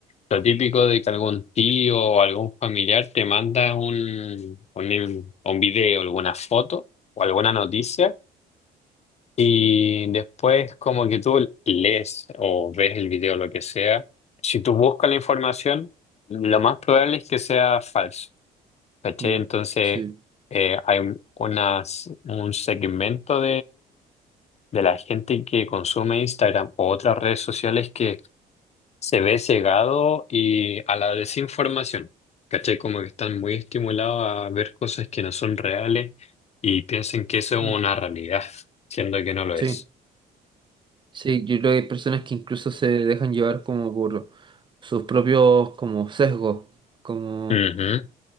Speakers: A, on the left; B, on the right.
A: lo típico de que algún tío o algún familiar te manda un, un, un video, alguna foto o alguna noticia y después como que tú lees o ves el video, lo que sea, si tú buscas la información, lo más probable es que sea falso, ¿cachai?
B: Mm,
A: Entonces,
B: sí.
A: eh, hay unas, un segmento de la gente que consume Instagram o otras redes sociales que se ve cegado y a la desinformación. ¿Cachai? Como que están muy estimulados a ver cosas que no son reales y piensan que eso es
B: Mm,
A: una realidad, siendo que no lo
B: Sí.
A: es.
B: Sí, yo creo que hay personas que incluso se dejan llevar como por sus propios como sesgos, como
A: Ujú,